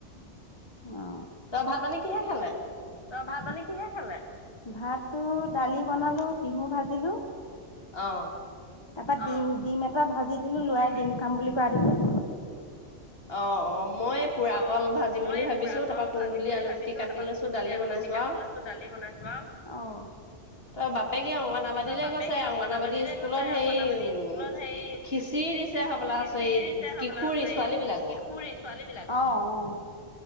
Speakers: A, on the left (about 25°); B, on the left (about 55°).
A: অ
B: ভাত পানী কিহে খালে?
A: ত ভাত পানী কিহে খালে ভাত টো দালি বনালো টিহু ভাজিলো।
B: অ
A: তাৰ পৰা ডিম ডিম এটা ভাজি দিলো লৰাই ডিম খাম বুলি কোৱা দেখি
B: অ অ মই পোৰা
A: অ',
B: কল ভাজিম
A: অ' মই
B: বুলি ভাবিছো
A: পুৰা কল
B: তাৰপা কুন্দুলি
A: ভাজিম বুলি
B: আলুগুটি
A: ভাবিছো
B: কাটি
A: তাৰপা
B: লৈছো
A: কুন্দুলি
B: দালি
A: আলুগুটি
B: বনাইছো
A: কাটি
B: আও
A: লৈছো দালি বনাইছোৱা আৰু, অ'
B: তাই বাপেকে অংগনাবাদীলৈ
A: বাপেকে
B: গৈছে,
A: অংগনাবাদীলৈ
B: অংগনাবাদী স্কুলত
A: গৈছে
B: হেৰি
A: অংগনাবাদী
B: উ
A: স্কুলত হেই
B: খিচিৰি দি আছে হ'বলা
A: খিচিৰি
B: আছে
A: দিছে হবলা
B: কিশোৰী
A: এই
B: ছোৱালী বিলাকৰ।
A: কিশোৰী ছোৱালী বিলাকৰ? অ' অ'।